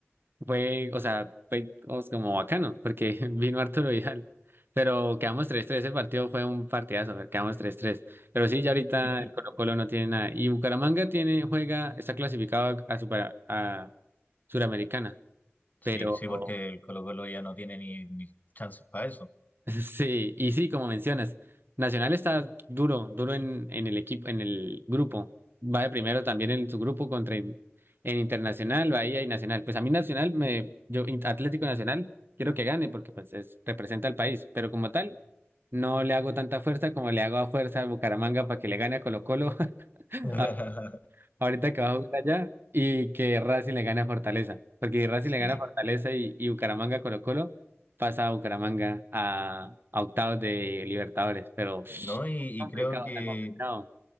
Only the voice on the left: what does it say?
sí,
sí,
sí, porque el Colo-Colo ya no tiene ni, ni chances para eso.
<laughs>
Sí,
no, y, y
creo que